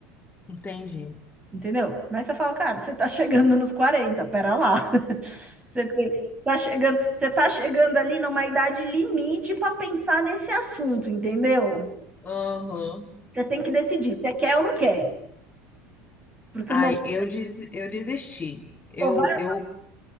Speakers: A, on the left; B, on the right.
A: entendi.
B: Entendeu? Mas você fala, cara, você tá chegando nos 40 pera lá. <laughs> Você tem- tá chegando, você tá chegando ali numa idade limite para pensar nesse assunto, entendeu?
A: Uhum.
B: Você tem que decidir se quer ou não quer. Porque
A: Ai,
B: o momento
A: eu, des, eu desisti. Eu,
B: vai,
A: eu,